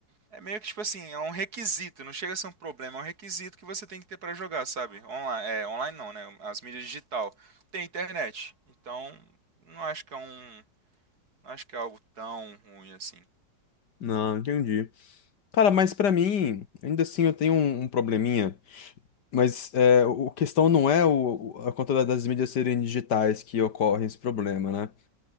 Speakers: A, on the right; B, on the left.
A: é meio que tipo assim, é um requisito, não chega a ser um problema, é um requisito que você tem que ter pra jogar, sabe? Online, é, online não, né? As mídias digital tem internet. Então, não acho que é um, não acho que é algo tão ruim assim.
B: Não, entendi. Cara, mas pra mim, ainda assim eu tenho um um probleminha. Mas é, o a questão não é o, o- a conta da- das mídias serem digitais que ocorre esse problema, né?